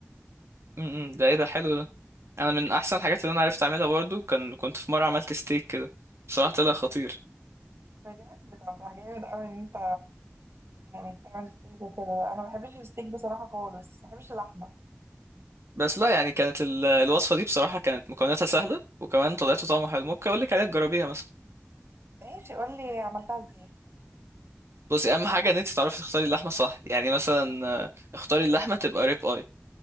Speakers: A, on the right (about 80°); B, on the right (about 65°).
A: مم. مم. ده ايه ده حلو ده انا من احسن الحاجات اللي انا عرفت اعملها برضو كان كنت في مرة عملت ستيك كده بصراحة طلع خطير
B: بجد طب ده جامد قوي ان انت يعني بتعمل ستيك وكده انا ما بحبش الستيك بصراحه خالص ما بحبش اللحمه
A: بس لا يعني كانت ال- الوصفة دي بصراحة كانت مكوناتها سهلة وكمان طلعت طعمها حلو ممكن اقول لك عليها تجربيها مثلا
B: ماشي قول لي عملتها ازاي
A: بصي اهم حاجة ان انت تعرفي تختاري اللحمة صح يعني مثلا آه، اختاري اللحمة تبقى ريب اي